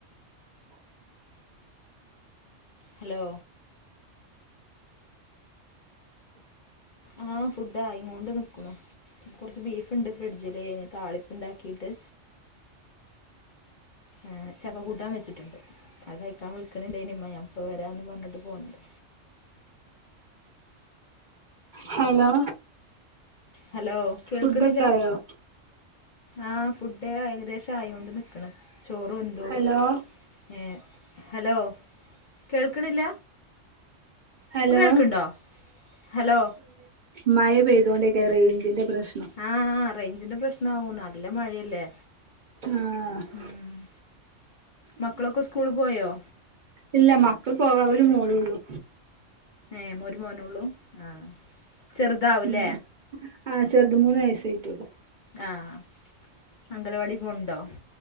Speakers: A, on the left (about 45°); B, on the right (about 45°).
A: ഹലോ ആഹ് ഫുഡ് ആയി കൊണ്ട് നിക്ക്ണു കുറച്ച് ബീഫ്ണ്ട് ഫ്രിഡ്ജില് അയ്ന് താളിപ്പ് ണ്ടാക്കിയിട്ട് ആഹ് ചക്ക കൂട്ടാൻ വെച്ചിട്ട്ണ്ട്. അത് കഴിക്കാൻ വിളിക്ക്ണ് ണ്ടായിരുന്നു ഉമ്മ. ഞാൻ ഇപ്പോൾ വരാന്ന് പറഞ് പോന്നതാ
B: ഹലോ
A: ഹലോ കേൾക്ക്ണില്ല
B: ഫുഡൊക്കെ ആയോ
A: ആഹ് ഫുഡ് ഏകദേശം ആയി കൊണ്ട് നിക്ക്ണ് ചോറ് വെന്തു
B: ഹലോ
A: ഏ ഹലോ കേൾക്കണില്ല
B: ഹലോ
A: ഇപ്പ കേൾക്കണുണ്ടോ ഹലോ
B: മയ പെയ്തോണ്ടിരിക്കയാ റേഞ്ചിന്റെ പ്രശ്നം
A: ആ ആ റേഞ്ചിന്റെ പ്രെശ്നാവും നല്ല മഴയല്ലേ
B: ആഹ്
A: ഊമ് മക്കളൊക്കെ സ്കൂളി പോയോ
B: ഇല്ല മക്കൾ പോക ഒരു മോളുള്ളൂ
A: ഏഹ് ഒരു മോനുള്ളൂ ആഹ് ചെറുതാവൂല്ലേ
B: ഉം ആഹ് ചെറുത് മൂന്നു വയസ്സായിട്ടുള്ളു
A: ആഹ് അംഗലവാടീ പോണുണ്ടോ